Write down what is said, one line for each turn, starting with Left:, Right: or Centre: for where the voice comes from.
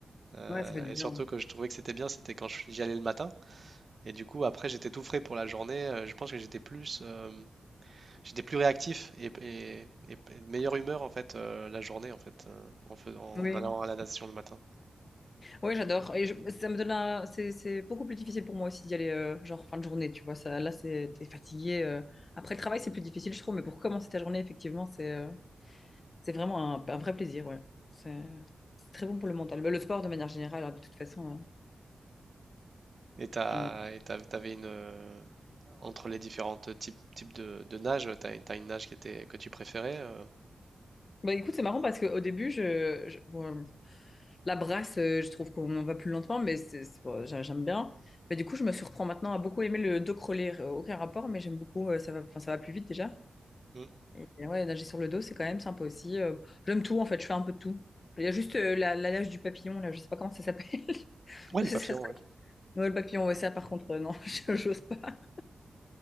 Right: Euh,
Left: Ouais, ça fait du
Right: et
Left: bien.
Right: surtout que je trouvais que c'était bien, c'était quand je- j'y allais le matin. Et du coup, après, j'étais tout frais pour la journée. euh, je pense que j'étais plus. euh, J'étais plus réactif et, et, et- et de meilleure humeur en fait euh, la journée en fait euh, en, fais- en
Left: Oui.
Right: allant à la natation le matin.
Left: Oui, j'adore. Et je- ça me donne un... C'est c'est beaucoup plus difficile pour moi aussi d'y aller, euh, genre fin de journée, tu vois. Ça, là, c'est, t'es fatigué. euh. Après le travail, c'est plus difficile, je trouve, mais pour commencer ta journée, effectivement, c'est euh, c'est vraiment un, un vrai plaisir, ouais. C'est c'est très bon pour le mental. Bah, le sport, de manière générale, hein, de toute façon.
Right: Et t'as,
Left: hein. Ouais.
Right: et t'as- t'avais une euh, entre les différentes types, types de, de nage, t'as, t'as une nage qui était que tu préférais. euh.
Left: Bah, écoute, c'est marrant parce qu'au début, je, je- bon, la brasse, euh, je trouve qu'on en va plus lentement, mais c'est, c'est- bon, j'a- j'aime bien. Mais du coup, je me surprends maintenant à beaucoup aimer le dos crawlé. Euh, Aucun rapport, mais j'aime beaucoup. euh, ça va, enfin, ça va plus vite déjà.
Right: Mm.
Left: Et et ouais, nager sur le dos, c'est quand même sympa aussi. Euh, j'aime tout, en fait, je fais un peu de tout. Il y a juste euh, la, la nage du papillon, là, je sais pas comment ça s'appelle. <laughs>
Right: Ouais, le
Left: Ça,
Right: papillon,
Left: ça-
Right: ouais.
Left: Ouais, le papillon, ouais, ça, par contre, euh, non, <laughs> je- j'ose pas.